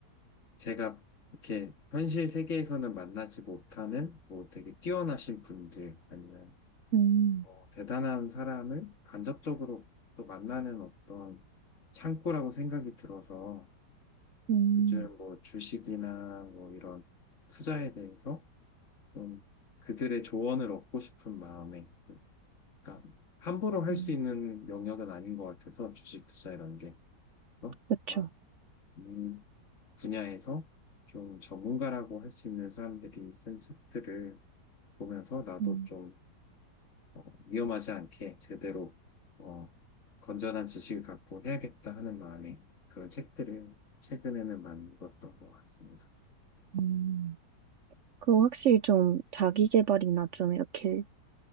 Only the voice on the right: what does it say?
음.
음.
음,
그렇
음,
음. 그럼 확실히 좀 자기 개발이나 좀 이렇게